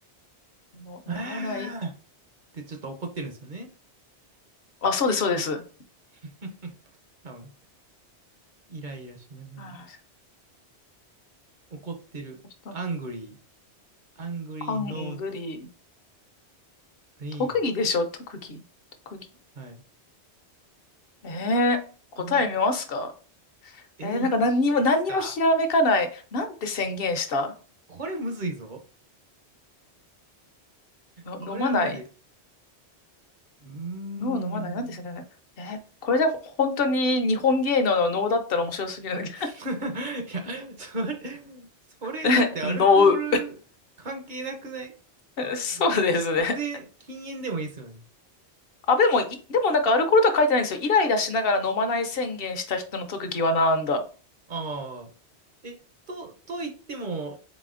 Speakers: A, on the left; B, on the right.
A: の、
B: ああっ
A: 飲まない。
B: てちょっと怒ってるんですよね。
A: あ、そうです、そうです。
B: <laughs> 多分、イライラしながら。
A: あー、
B: 怒ってる。
A: ちょっと
B: Angry、Angry、
A: ハングリー。
B: No、Drink。
A: 特技でしょ、特技。特技。
B: はい。
A: ええ答え見ますか
B: あんえー、
A: ええなんか何にも、
B: いっちゃいますか
A: 何にもひらめかない。なんて宣言した
B: これむずいぞ。
A: の、
B: これはむずい。
A: 飲まない。
B: うーん。
A: ノー飲まない。なんて宣言したえーこれでほ本当に日本芸能の能だったら面白すぎるんだけ
B: <laughs> いや、それ、それ、
A: ど。<laughs>
B: だってアルコール関係なくないか、
A: ノー。<laughs> そうですね。
B: 喫、喫煙、禁煙でもいいですよね。
A: あ、でも、い、でもなんかアルコールとは書いてないんですよ。イライラしながら飲まない宣言した人の特技はなんだ。
B: ああ。え、と、と言っても、